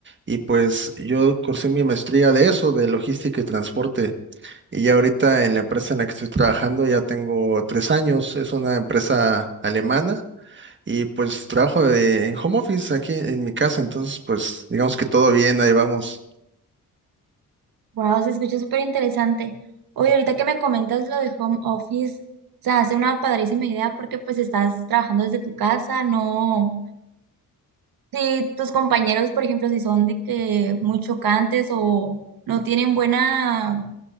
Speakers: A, on the right; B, on the right.
A: Y pues yo cursé mi maestría de eso, de logística y transporte. Y ya ahorita en la empresa en la que estoy trabajando ya tengo tres años. Es una empresa alemana y pues trabajo de- en home office aquí en mi casa. Entonces pues digamos que todo bien, ahí vamos.
B: wow, se escucha súper interesante. Oye, ahorita que me comentas lo de home office, se hace una padrísima idea porque pues estás trabajando desde tu casa, no. Si tus compañeros, por ejemplo, si son de que muy chocantes o no tienen buena